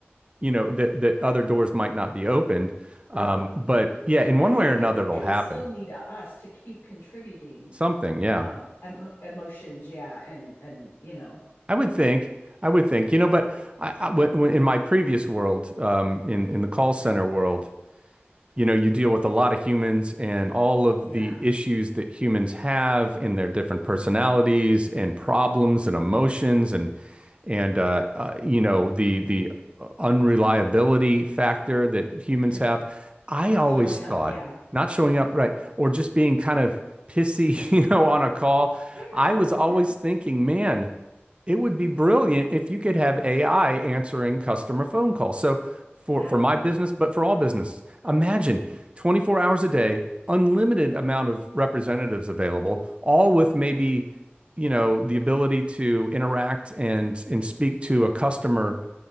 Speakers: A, on the right (about 25°); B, on the left (about 80°).
A: you know, that that other doors might not be opened. Um,
B: Right.
A: but yeah, in
B: I
A: one
B: think
A: way or another,
B: I think
A: it'll
B: they would
A: happen.
B: still need us to keep contributing
A: Something, yeah.
B: um emo emotions, yeah, and and you know,
A: I would think.
B: 'cause
A: I would think, you know, but I, I, when, when, in my previous world, um, in in the call center world, you know you deal with a lot of humans and all of
B: yeah,
A: the issues that humans have in their different personalities and problems and emotions and and uh, uh, you know the the unreliability factor that humans
B: <laughs>
A: have
B: yeah,
A: i
B: not
A: always
B: showing
A: thought
B: up, yeah.
A: not showing up right or just being kind of pissy <laughs> you know on a call
B: Yeah,
A: i was always
B: you know,
A: thinking man it would be brilliant if you could have ai answering customer phone calls so for
B: exactly.
A: for my business but for all businesses Imagine 24 hours a day, unlimited amount of representatives available, all with maybe, you know, the ability to interact and and speak to a customer,